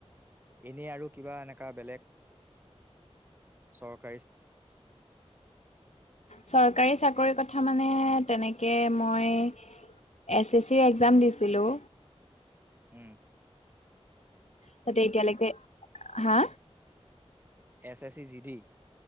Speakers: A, on the right (about 15°); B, on the left (about 80°).
A: এনে আৰু কিবা এনেকুৱা বেলেগ চৰকাৰ।
B: চৰকাৰী চাকৰি কথা। কথা মানে তেনেকে মই। এছ এছ চিৰ এক্জাম দিছিলো।
A: হম।
B: তাতে এতিয়ালৈকে হা।
A: S S C G D.